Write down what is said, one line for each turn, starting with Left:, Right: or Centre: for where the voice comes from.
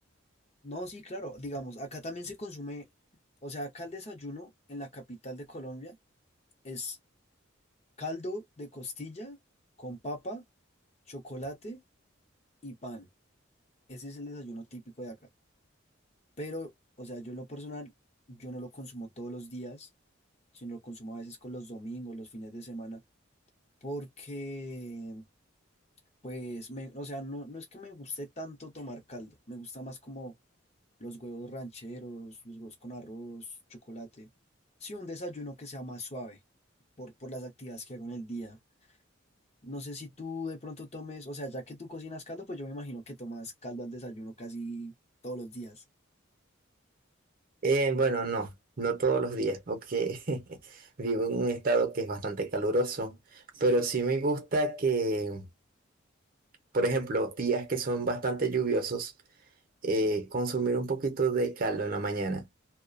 Left: no, sí, claro, digamos, acá también se consume, o sea, acá el desayuno en la capital de Colombia es caldo de costilla con papa chocolate y pan. Ese es el desayuno típico de acá. Pero, o sea, yo en lo personal, yo no lo consumo todos los días, sino lo consumo a veces con los domingos, los fines de semana, porque, pues, me, o sea, no, no es que me guste tanto tomar caldo, me gusta más como los huevos rancheros, los huevos con arroz, chocolate. Sí, un desayuno que sea más suave por, por las actividades que hago en el día. No sé si tú de pronto tomes, o sea, ya que tú cocinas caldo, pues yo me imagino que tomas caldo al desayuno casi todos los días.
Right: Eh, bueno, no, no todos los días, porque <laughs> vivo en un estado que es bastante caluroso, pero sí me gusta que, por ejemplo, días que son bastante lluviosos. eh, consumir un poquito de caldo en la mañana.